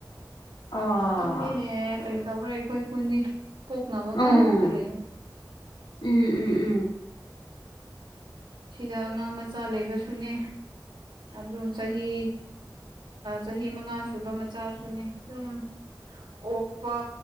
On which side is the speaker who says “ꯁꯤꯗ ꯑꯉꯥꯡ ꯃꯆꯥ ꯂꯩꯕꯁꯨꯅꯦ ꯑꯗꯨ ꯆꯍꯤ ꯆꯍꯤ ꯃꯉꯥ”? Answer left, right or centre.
Right